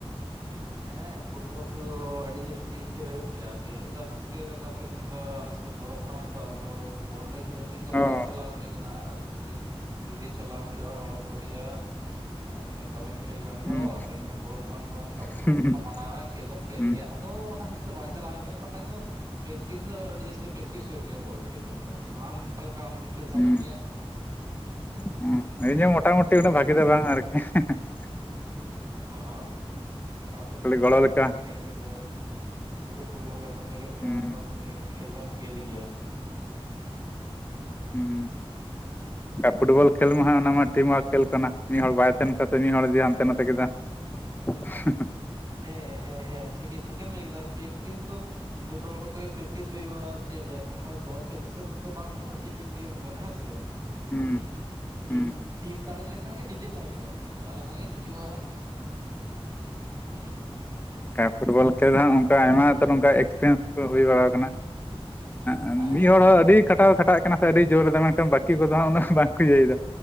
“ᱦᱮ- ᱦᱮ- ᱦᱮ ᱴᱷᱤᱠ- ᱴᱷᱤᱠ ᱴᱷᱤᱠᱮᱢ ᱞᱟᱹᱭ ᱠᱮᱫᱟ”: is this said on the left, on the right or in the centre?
Right